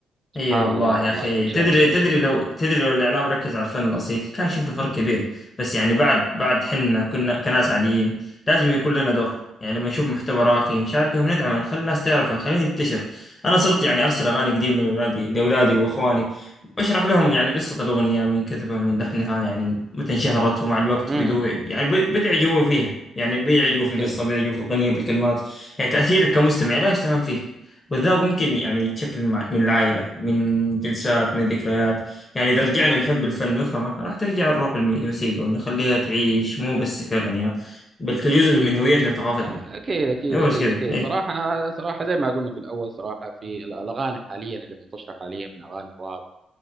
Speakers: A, on the right; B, on the left.
A: سبحان
B: اي والله
A: الله والله
B: يا اخي
A: كل شيء
B: تدري
A: متغير
B: تدري لو تدري لو الاعلام ركز على الفن الاصيل كان شفنا فرق كبير بس يعني بعد بعد حنا كنا كناس عاديين لازم يكون لنا دور يعني لما نشوف محتوى راقي نشاركه وندعمه نخلي الناس تعرفه خليه ينتشر انا صرت يعني ارسل اغاني قديمه لاولادي لاولادي واخواني واشرح لهم يعني قصه الاغنيه من كتبها من لحنها يعني متى انشهرت ومع الوقت
A: امم
B: بدو يعني ب- بدأوا يعجبون فيها يعني بيعجبوا في
A: اكيد
B: القصه بيعجبوا في الاغنيه في الكلمات يعني تاثيرك كمستمع لا يستهان فيه والذوق ممكن يعني يتشكل مع- من العائلة من جلسات من ذكريات يعني إذا رجعنا نحب الفن وفهمه راح ترجع الروح الموسيقى ونخليها تعيش مو بس كأغنية بل كجزء من هويتنا وثقافتنا
A: اكيد اكيد
B: إيه، مو
A: اكيد
B: بس كذا
A: اكيد
B: إيه
A: صراحه صراحه زي ما قلنا في الاول صراحه في ال- الاغاني حاليا اللي منتشره حاليا من اغاني الراب